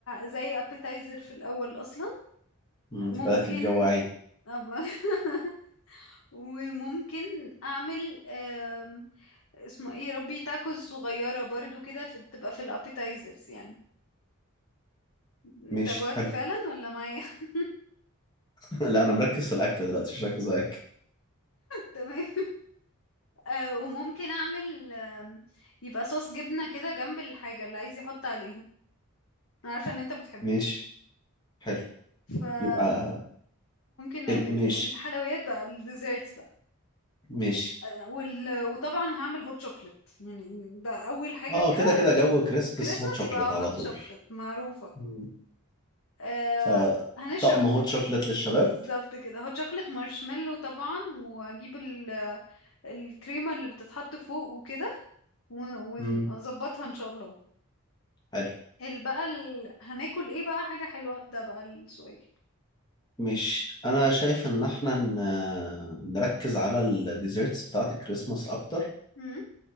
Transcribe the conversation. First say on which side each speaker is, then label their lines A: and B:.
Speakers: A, on the left; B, on the left.
A: زي ابيتايزر في الاول اصلا
B: مم،
A: ممكن
B: انت بدأتي تجوعين
A: أب- <laughs> وممكن اعمل آم، اسمه ايه يا ربي تاكوز صغيرة برضو كده في- تبقى في الابيتايزرز يعني انت
B: ماشي
A: جوعت
B: حلو
A: فعلا ولا معايا <laughs>
B: <laughs> لا انا مركز في الاكل دلوقتي مش مركز على الاكل
A: تمام آه وممكن اعمل آم، يبقى صوص جبنة كده جنب الحاجة اللي عايز يحط عليها انا عارفة ان انت بتحبه
B: ماشي حلو
A: فممكن
B: يبقى
A: نعمله
B: ال- ماشي
A: الحلويات بقى الديزيرتس بقى
B: ماشي
A: آه، وال... وطبعا هعمل هوت شوكليت يعني ده اول حاجة
B: اه
A: كده
B: كده كده جو كريسبس
A: كريسماس
B: هوت شوكليت
A: يبقى
B: على
A: هوت
B: طول
A: شوكليت معروفة
B: مم.
A: آه
B: فطقم
A: هنشرب
B: هوت شوكليت للشباب
A: بالظبط كده هوت شوكليت مارشميلو طبعا واجيب ال... الكريمة اللي بتتحط فوق وكده ون- ونظبطها
B: مم.
A: ان شاء الله
B: حلو
A: ال بقى ال... هناكل ايه بقى حاجة حلوة ده بقى السؤال
B: مش انا شايف ان احنا ن- نركز على الديزرتس بتاعه الكريسماس اكتر
A: امم